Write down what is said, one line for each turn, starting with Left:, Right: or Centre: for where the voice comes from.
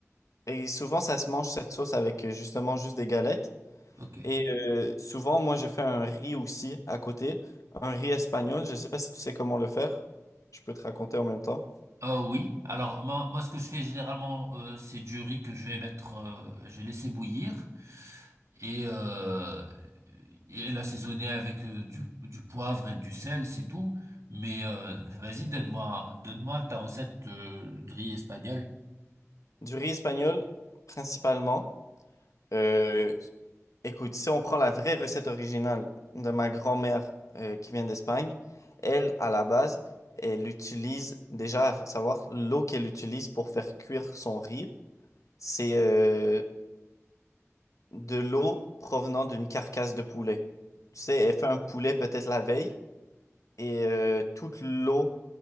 Left: et souvent, ça se mange cette sauce avec euh, justement juste des galettes.
Right: Ok.
Left: Et euh, souvent, moi, je fais un riz aussi à côté, un riz espagnol. Je ne sais pas si tu sais comment le faire. Je peux te raconter en même temps.
Right: Euh, oui, alors moi, moi ce que je fais généralement euh, c'est du riz que je vais mettre, euh, je vais laisser bouillir et, euh, et l'assaisonner avec euh, du, du poivre et du sel, c'est tout. Mais euh, vas-y, donne-moi, donne-moi ta recette euh, de riz espagnol.
Left: Du riz espagnol, principalement. euh, écoute, si on prend la vraie recette originale de ma grand-mère euh, qui vient d'Espagne, elle, à la base, elle utilise déjà, à savoir, l'eau qu'elle utilise pour faire cuire son riz, c'est euh, de l'eau provenant d'une carcasse de poulet. Tu sais, elle fait un poulet peut-être la veille. et euh, toute l'eau